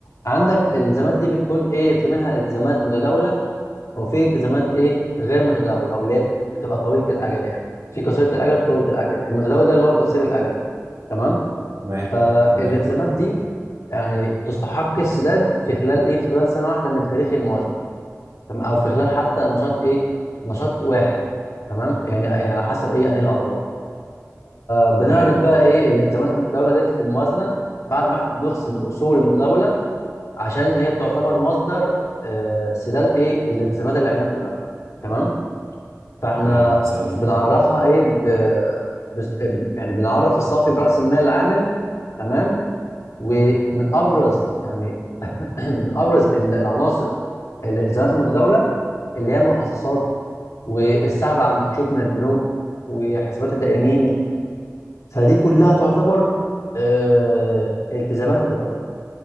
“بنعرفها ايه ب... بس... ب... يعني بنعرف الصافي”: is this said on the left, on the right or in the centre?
Left